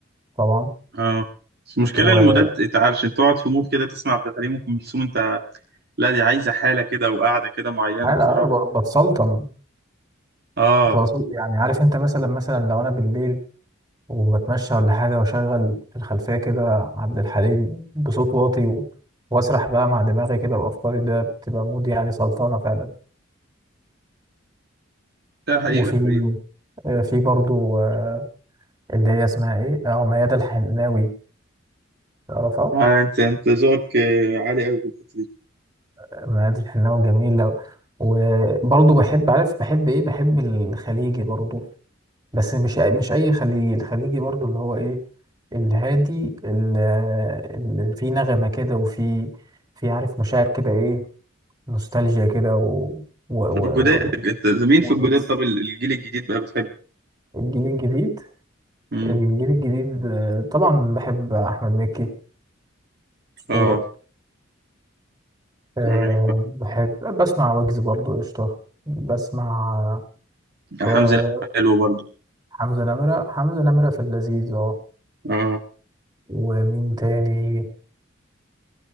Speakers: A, on the right (about 20°); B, on the right (about 55°).
A: طبعا
B: اه بس المشكله
A: وحلقة
B: المودات انت عارف انت تقعد في مود كده تسمع عبد الحليم وام كلثوم انت لا دي عايزه حاله كده وقاعده كده معينه
A: ب-
B: بصراحه
A: بتسلطن
B: اه
A: بتوصل- يعني عارف أنت مثلا مثلا لو أنا بالليل وبتمشى ولا حاجة وأشغل في الخلفية كده عبد الحليم بصوت واطي و- وأسرح بقى مع دماغي كده وأفكاري ده بتبقى مود يعني سلطانة فعلا
B: ده حقيقه
A: وفي
B: حقيقه
A: آه، في برضو آه، اللي هي اسمها ايه اه ميادة الحناوي تعرفها
B: آه انت انت ذوقك آه، عالي قوي في الحته دي
A: ميادة الحناوي جميلة وبرضو بحب عارف بحب ايه بحب الخليجي برضو بس مش مش اي خليجي الخليجي برضو اللي هو ايه الهادي ال- اللي فيه نغمة كده وفي في عارف مشاعر كده ايه نوستالجيا كده و و و
B: طب الجداد
A: و
B: انت مين
A: وبيتس
B: في الجداد طب الجيل الجديد بقى بتحبه
A: الجيل الجديد
B: امم
A: الجيل الجديد آه، طبعا بحب احمد مكي أسطورة
B: اه
A: أه
B: اغاني
A: بحب بسمع ويجز برضو قشطة بسمع آه،
B: يعني
A: ك-
B: حمزة نمرة حلو برضو
A: حمزة نمرة حمزة نمرة في اللذيذ اه
B: اه
A: ومين تاني